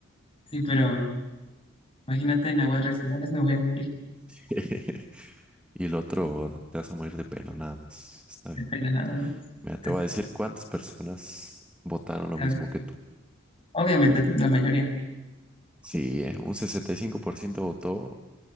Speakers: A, on the left; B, in the centre.
A: Sí, pero imagínate en aguas residuales me voy a morir.
B: <laughs> Y el otro, te vas a morir de pena, nada más. Está bien.
A: De pena nada más.
B: Mira, te
A: Así.
B: voy a decir cuántas personas votaron lo
A: A
B: mismo
A: ver,
B: que tú.
A: obviamente la mayoría.
B: Sí, eh, un 65% votó